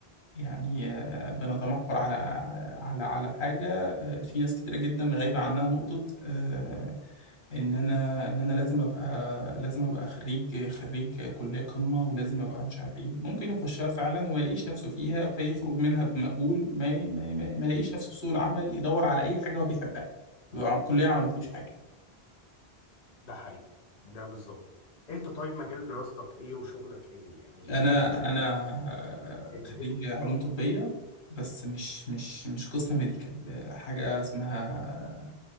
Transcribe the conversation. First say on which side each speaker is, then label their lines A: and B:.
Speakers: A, on the left (about 80°); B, on the left (about 45°).
A: يعني آه، بنتمحور على على على حاجة آه، في ناس كتيرة جدا غايبة عنها نقطة آه، ان انا ان انا لازم ابقى لازم ابقى خريج خريج كلية قمة ولازم ابقى مش عارف ايه ممكن يخشها فعلا وما يلاقيش نفسه فيها فيخرج منها بمقبول ما ما ما ما يلاقيش نفسه في سوق العمل يدور على اي حاجة هو بيحبها يبقى الكلية ما عملتلوش حاجة
B: ده حقيقي ده بالظبط انت طيب مجال دراستك ايه وشغلك ايه يعني خلينا
A: انا
B: نشوف
A: انا
B: ايه اللي
A: خريج
B: هو
A: علوم طبيه بس مش مش مش قسم ميديكال حاجه اسمها